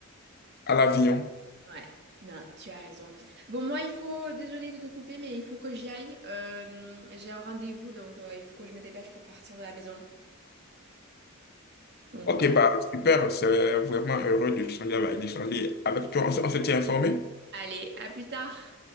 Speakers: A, on the left; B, on the right.
A: à l'avion.
B: ouais. Non, tu as raison. Bon, moi, il faut, désolée de te couper, mais il faut que j'y aille. Euh, j'ai un rendez-vous, donc euh, il faut que je me dépêche pour partir de la maison. Donc,
A: Ok,
B: on se-
A: bah super, c'est vraiment heureux de changer avec, d'échanger avec toi. On, se on se tient informé?
B: allez, à plus tard.